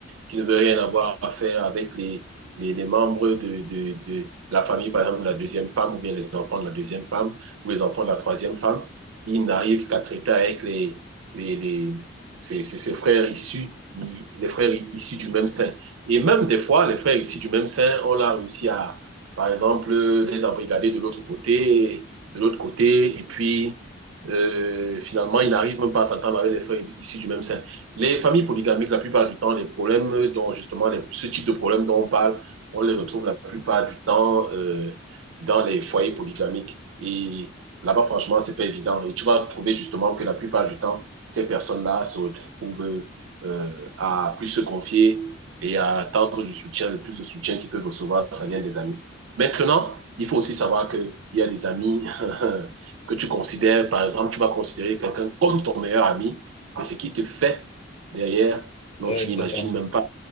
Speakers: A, on the right; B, on the left.
A: qui ne veut rien avoir à faire avec les, les, les membres de, de, de, la famille, par exemple, de la deuxième femme, ou bien les enfants de la deuxième femme, ou les enfants de la troisième femme, qui n'arrivent qu'à traiter avec les, les, les ses, ses, ses, frères issus, les frères issus du même sein. Et même des fois, les frères issus du même sein, on l'a réussi à, par exemple, les embrigader de l'autre côté, de l'autre côté, et puis euh, finalement, ils n'arrivent même pas à s'entendre avec les frères issus du même sein. Les familles polygamiques, la plupart du temps, les problèmes dont justement les, ce type de problème dont on parle, on les retrouve la plupart du temps euh, dans les foyers polygamiques. Et là-bas, franchement, c'est pas évident. Et tu vas trouver justement que la plupart du temps, ces personnes-là se retrouvent euh, à plus se confier et à attendre du soutien, le plus de soutien qu'ils peuvent recevoir, ça vient des amis. Maintenant, il faut aussi savoir qu'il y a des amis <laughs> que tu considères, par exemple, tu vas considérer quelqu'un comme ton meilleur ami, mais ce qui te fait derrière
B: Ouais,
A: non, tu
B: c'est
A: n'imagines
B: ça.
A: même pas.